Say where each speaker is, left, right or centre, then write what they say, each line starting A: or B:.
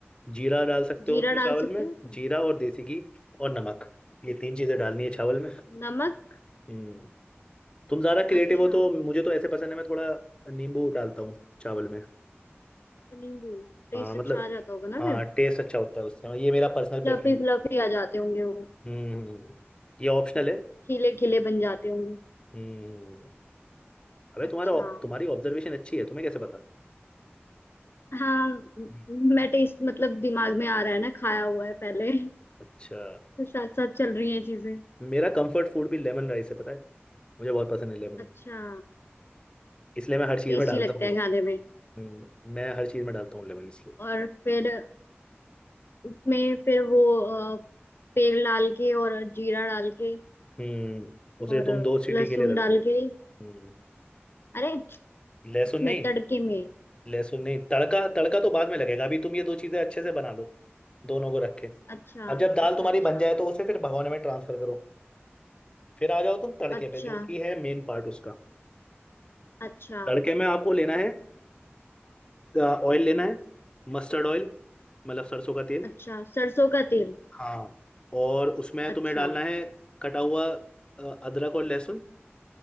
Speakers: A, on the left; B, on the left.
A: जीरा डाल सकते
B: जीरा
A: हो उसमें
B: डाल
A: चावल
B: सकती
A: में
B: हूँ
A: जीरा और देसी घी और नमक ये
B: उसमें
A: तीन चीजें डालनी है चावल में
B: नमक
A: हम्म तुम ज्यादा क्रिएटिव
B: अच्छा
A: हो तो मुझे तो ऐसे पसंद है मैं थोड़ा नींबू डालता हूँ चावल में
B: नींबू टेस्ट
A: हाँ मतलब
B: अच्छा आ जाता होगा ना
A: हाँ
B: फिर
A: टेस्ट अच्छा होता है उससे हाँ, ये मेरा पर्सनल प्रेफरेंस
B: फ्लफी फ्लफी आ जाते होंगे वो
A: हम्म ये ऑप्शनल है
B: खिले खिले बन जाते होंगे
A: हम्म अबे तुम्हारा
B: अच्छा
A: तुम्हारी ऑब्जर्वेशन अच्छी है तुम्हें कैसे पता
B: हाँ म-
A: हम्म।
B: मैं टेस्ट मतलब दिमाग में आ रहा है ना खाया हुआ है पहले
A: अच्छा
B: तो साथ साथ चल रही हैं चीजें
A: मेरा कंफर्ट फूड भी लेमन राइस है पता है मुझे बहुत पसंद है लेमन
B: अच्छा
A: इसलिए मैं हर चीज़
B: टेस्टी
A: में डालता
B: लगता
A: हूँ
B: है
A: वो।
B: खाने में
A: हम्म मैं हर चीज़ में डालता हूँ लेमन इसलिए
B: और फिर उसमें फिर वो अ, तेल डाल के और जीरा डाल के
A: हम्म उसे
B: और
A: तुम दो सीटी
B: लहसुन
A: के लिए रख
B: डाल
A: दो
B: के
A: हम्म
B: अरे
A: लहसुन
B: उसमें
A: नहीं
B: तड़के में
A: लहसुन नहीं तड़का तड़का तो बाद में लगेगा अभी तुम ये दो चीज़ें अच्छे से बना लो दोनों को रखे
B: अच्छा
A: अब जब दाल
B: अच्छा
A: तुम्हारी
B: अच्छा
A: बन जाए तो उसे फिर भगोने में ट्रांसफर करो फिर आ जाओ तुम तड़के
B: अच्छा
A: पे जो कि है मेन पार्ट उसका
B: अच्छा
A: तड़के में आपको लेना है ऑयल लेना है मस्टर्ड ऑयल मतलब सरसों का तेल
B: अच्छा सरसों का तेल
A: हाँ और उसमें
B: अच्छा
A: तुम्हें डालना है कटा हुआ अ, अदरक और लहसुन